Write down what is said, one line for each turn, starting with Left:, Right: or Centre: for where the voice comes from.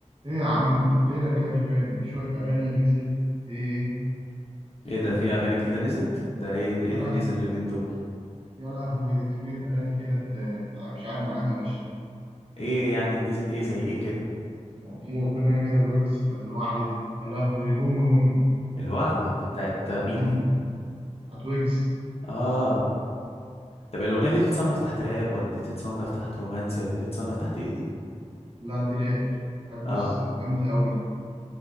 Right: ايه يا عم فينك كده مش باين ده في شوية أغاني نزلت ايه
Left: ايه ده في اغاني جديده نزلت ده ايه ايه
Right: يلا
Left: اللي نزل اليومين دول
Right: يلا هو ده كمية أغاني كده انت انت مش قاعد معانا يا باشا
Left: ايه يعني نزل ايه زي ايه كده
Right: في أغنية كده الويجز بتاعت الوعد دي يا لهوي بوم بوم
Left: الوعد دي بتاعت مين
Right: مم.
Left: دي
Right: بتاعت ويجز
Left: اه طب الاغنيه دي تتصنف تحت راب ولا دي تتصنف تحت رومانسي ولا دي تتصنف تحت ايه دي
Right: لا دي راب راب
Left: اه
Right: بص جامدة أوي